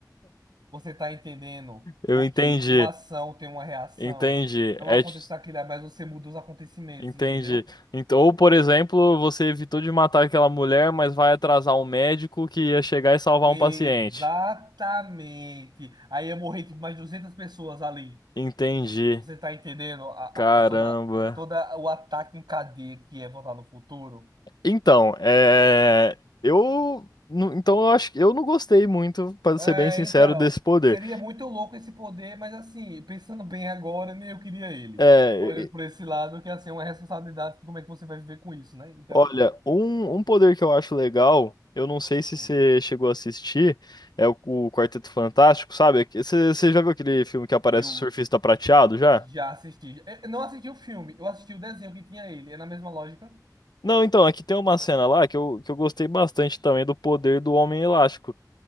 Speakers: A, on the right; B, on the left.
A: Você tá entendendo?
B: Eu
A: Porque
B: entendi,
A: uma ação tem uma reação.
B: entendi.
A: Não
B: É,
A: aconteceu
B: t-
A: aquilo, mas você muda os acontecimentos,
B: Entendi.
A: entendeu?
B: Então, ou, por exemplo, você evitou de matar aquela mulher, mas vai atrasar um médico que ia chegar e salvar
A: Exatamente.
B: um paciente.
A: Aí ia morrer tipo, mais 200 pessoas ali.
B: Entendi.
A: Você tá entendendo a, a,
B: Caramba.
A: a toda, a toda o ataque em cadeia que é voltar no futuro?
B: Então, é. Eu. nu- Então, eu acho que eu não gostei muito, para
A: É,
B: ser bem sincero,
A: então,
B: desse poder.
A: seria muito louco esse poder, mas assim, pensando bem agora, nem eu queria ele.
B: É.
A: Olhando
B: e-
A: por esse lado, que assim, é uma responsabilidade, que como é que você vai viver com isso, né? Então,
B: Olha, um, um poder que eu acho legal, eu não sei se
A: hum,
B: você chegou a assistir, é o, o Quarteto Fantástico, sabe? Aque- Você você já viu aquele filme que aparece
A: eu
B: o surfista prateado já?
A: já assisti. É, Eu não assisti o filme, eu assisti o desenho que tinha ele. É na mesma lógica.
B: Não, então, aqui tem uma cena lá que eu, que eu gostei bastante também do poder do Homem Elástico,